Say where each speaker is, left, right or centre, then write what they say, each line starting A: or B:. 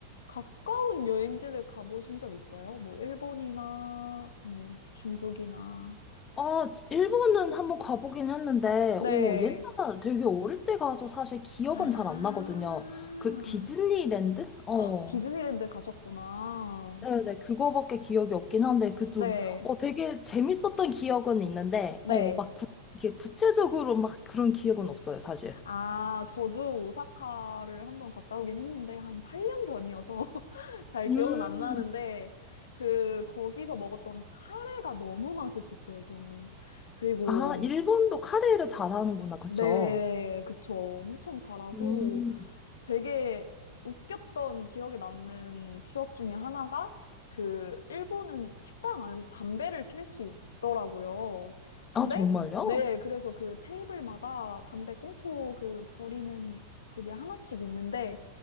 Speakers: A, on the left; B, on the left.
A: 가까운 여행지들 가보신 적 있어요? 뭐 일본이나 뭐 중국이나.
B: 아, 일본은 한번 가보긴 했는데,
A: 네.
B: 오, 옛날 되게 어릴 때 가서 사실 기억은
A: 아.
B: 잘 안 나거든요. 그 디즈니랜드? 어.
A: 헉, 디즈니랜드 가셨구나.
B: 네네, 그거밖에 기억이 없긴 한데, 그 좀,
A: 네.
B: 어, 되게 재밌었던 기억은 있는데,
A: 네.
B: 어, 막 구, 이게 구체적으로 막 그런 기억은 없어요, 사실.
A: 아, 저도 오사카를 한번 갔다 오긴 했는데, 한 8년 전이어서 <laughs> 잘
B: 음,
A: 기억은 안 나는데, 그, 거기서 먹었던 카레가 너무 맛있었어요, 저는. 그리고
B: 아, 일본도 카레를 잘하는구나, 그쵸?
A: 네, 그쵸. 엄청 잘하고
B: 음,
A: 되게 웃겼던 기억에 남는 추억 중에 하나가 그 일본은 식당 안에서 담배를 필 수 있더라고요. 근데
B: 아, 정말요?
A: 네, 그래서 그 테이블마다 담배 꽁초 그 버리는 그게 하나씩 있는데